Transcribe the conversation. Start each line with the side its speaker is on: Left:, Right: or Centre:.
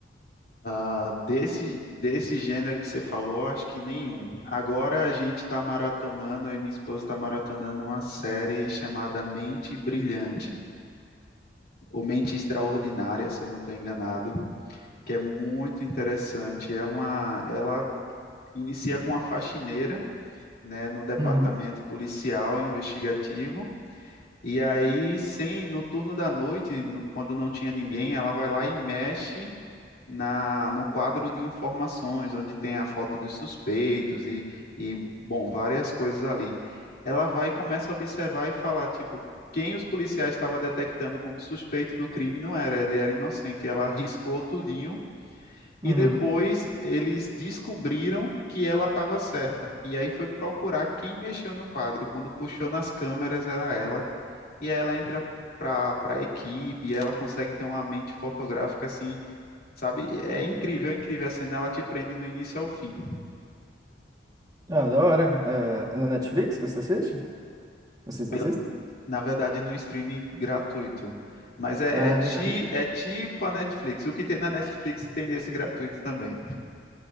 Left: Ah, desse, desse gênero que você falou, acho que nenhum. Agora a gente está maratonando, eu e minha esposa está maratonando uma série chamada Mente Brilhante, ou Mente Extraordinária, se eu não estou enganado, que é muito interessante. É uma, ela inicia com uma faxineira, né, num departamento
Right: Uhum,
Left: policial investigativo. E aí, sem, no turno da noite, no- quando não tinha ninguém, ela vai lá e mexe na, no quadro de informações, onde tem a foto dos suspeitos e, e, bom, várias coisas ali. Ela vai e começa a observar e falar, tipo, quem os policiais estavam detectando como suspeito do crime não era, ele era inocente. Ela arriscou tudinho e
Right: uhum.
Left: depois eles descobriram que ela estava certa. E aí foi procurar quem mexeu no quadro. Quando puxou nas câmeras era ela. E aí ela entra para para a equipe e ela consegue ter uma mente fotográfica assim Sabe? É incrível, é incrível. A cena ela te prende do início ao fim.
Right: Ah, da hora. É, é na Netflix você assiste? Vocês
Left: Eu-
Right: assistem?
Left: na verdade, no streaming gratuito. Mas é,
Right: Ah,
Left: é, ti,
Right: legal.
Left: é tipo a Netflix. O que tem na Netflix tem nesse gratuito também.